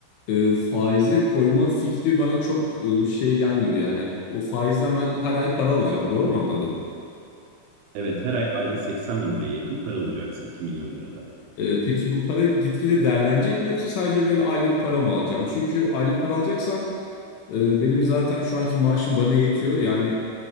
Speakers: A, on the left; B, on the right.
A: e, faize koyma fikri bana çok e, şey gelmedi. Yani o faizden ben her ay para alacağım doğru mu anladım?
B: Evet, her ay ayda 80 bin liraya yakın para alacaksın 2 milyon lirada.
A: E, Peki bu para gitgide değerlenecek mi yoksa sadece böyle aylık para mı alacağım? Çünkü aylık para alacaksam e, benim zaten şu anki maaşım bana yetiyor. Yani